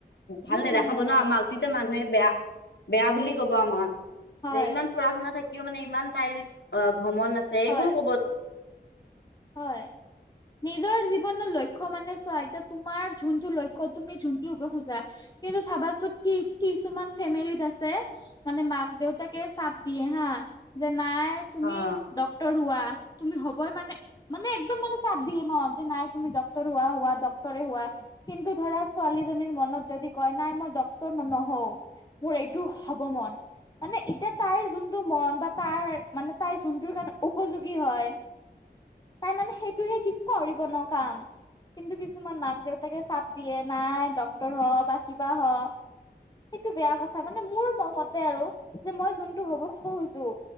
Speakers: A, on the left; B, on the left.
A: ভাল
B: গুণ
A: নেদেখাব
B: নহয়
A: ন'
B: আৰু
A: আমাক তেতিয়া মানুহে বেয়া বেয়া বুলি ক'ব আমাক।
B: হয়,
A: যে ইমান পঢ়া-শুনা থাকিও মানে ইমান তাইৰ অহ, ঘমন আছে। যে এইবোৰ
B: হয়,
A: ক'ব।
B: হয়। নিজৰ জীৱনৰ লক্ষ্য মানে চোৱা, এতিয়া তোমাৰ যোনটো লক্ষ্য তুমি যোনটো হ'ব খোজা। কিন্তু চাবাচোন কি-কিছুমান ফেমিলিত আছে। মানে মাক-দেউতাকে চাপ দিয়ে হা, যে নাই তুমি
A: অ
B: ডক্তৰ হোৱা। তুমি হ'বই মানে মানে একদম মানে চাপ দিয়ে ন' যে নাই তুমি ডক্টৰ হোৱা-হোৱা ডক্টৰে হোৱা। কিন্তু ধৰা ছোৱালীজনীৰ মনত যদি কয়, নাই মই ডক্টৰ ন-নহওঁ। মোৰ এইটো হ'ব মন মানে এতিয়া তাইৰ যোনটো মন বা তাইৰ মানে তাইৰ যোনটোৰ কাৰণে উপযোগী হয়। তাই মানে সেইটোহে কি কৰিব ন' কাম। কিন্তু কিছুমান মাক-দেউতাকে চাপ দিয়ে নাই ডক্তৰ হও বা কিবা হও। সেইটো বেয়া কথা মানে মোৰ মতে আৰু যে মই যোনটো হ'ব খুজোঁ।